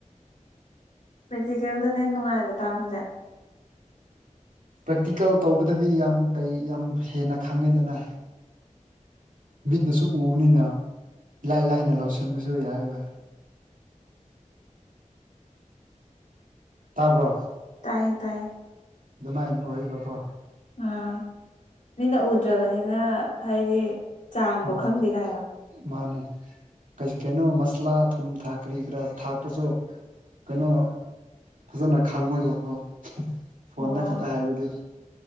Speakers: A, on the left; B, on the right.
A: ꯄ꯭ꯔꯦꯛꯇꯤꯀꯦꯜꯗ ꯍꯦꯟꯅ ꯅꯨꯡꯉꯥꯏꯕ ꯇꯥꯛꯄꯁꯦ
B: ꯄ꯭ꯔꯦꯛꯇꯤꯀꯦꯜ ꯇꯧꯕꯗꯗꯤ ꯌꯥꯝ ꯀꯩ ꯌꯥꯝ ꯍꯦꯟꯅ ꯈꯪꯉꯦꯗꯅ ꯃꯤꯠꯅꯁꯨ ꯎꯕꯅꯤꯅ ꯏꯂꯥꯏ ꯂꯥꯏꯅ ꯂꯧꯁꯤꯟꯕꯁꯨ ꯌꯥꯏꯕ ꯇꯥꯕ꯭ꯔꯣ
A: ꯇꯥꯏꯌꯦ ꯇꯥꯏꯌꯦ
B: ꯑꯗꯨꯃꯥꯏꯅ ꯑꯣꯏꯌꯦꯕꯀꯣ
A: ꯑꯥ ꯃꯤꯅ ꯎꯗ꯭ꯔꯕꯅꯤꯅ ꯍꯥꯏꯗꯤ ꯆꯥꯡꯗꯣ
B: ꯎꯝ
A: ꯈꯪꯗꯦ ꯀꯥꯏꯔꯣ
B: ꯃꯥꯅꯦ ꯀ ꯀꯩꯅꯣ ꯃꯁꯂꯥ ꯊꯨꯝ ꯊꯥꯛ ꯀꯔꯤ ꯀꯔꯥ ꯊꯥꯛꯄꯁꯨ ꯀꯩꯅꯣ ꯐꯖꯅ ꯈꯥꯡꯉꯣꯏꯕꯀꯣ ꯐꯣꯟꯗ
A: ꯑꯣ
B: ꯈꯛꯇ ꯍꯥꯏꯕꯗꯤ